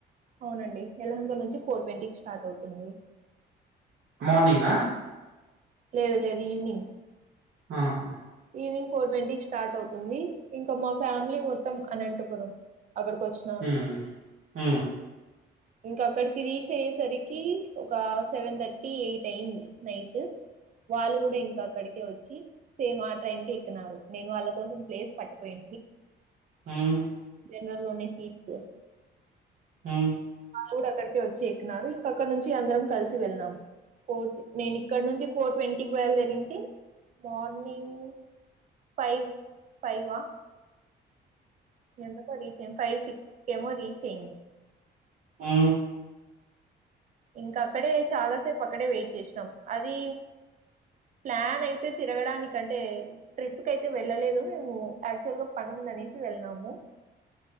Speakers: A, on the right (about 40°); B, on the right (about 60°).
A: అవునండి ఎలహంగ నుంచి ఫోర్ ట్వంటీకి స్టార్ట్ అవుతుంది
B: మార్నింగ్ ఆ
A: లేదు లేదు ఈవినింగ్
B: ఆహా
A: ఈవినింగ్ ఫోర్ ట్వంటీ స్టార్ట్ అవుతుంది ఇంకా మా ఫ్యామిలీ మొత్తం అనంటోకరు అక్కడికి వచ్చి
B: హూ హ
A: ఇంకా అక్కడికి రీచ్ అయ్యేసరికి ఒక సెవెన్ థర్టీ ఎయిట్ అయింది నైట్ వాళ్ళు కూడా ఇంక అక్కడికే వచ్చి సేమ్ ఆ ట్రైన్కి ఎక్కినన్నారు నేను వాళ్ళ కోసం ప్లేస్ పట్టుపోయి
B: నైన్
A: జనరల్లోనే సీట్స్
B: ఉ
A: వాళ్ల కూడా అక్కడికే వచ్చి ఎక్కినారు ఇంకా అక్కడ నుంచి అందరం కలిసి వెళ్ళాం ఫోర్ నేను ఇక్కడ నుంచి ఫోర్ ట్వంటీ కి బయల్దేరు ఉంటే మార్నింగ్ ఫైవ్ ఫైవా ఎంతకో రీచ్ అయ్యి ఫైవ్ సిక్స్ కేమో రీచ్ అయింది
B: ఉ
A: ఇంకా అక్కడే చాలాసేపు అక్కడే వెయిట్ చేసినాం అది ప్లాన్ అయితే తిరగడానికి అంటే ట్రిప్ కైతే వెళ్ళలేదు మేము యాక్చువల్ గా పని ఉందనేసి వెళ్ళము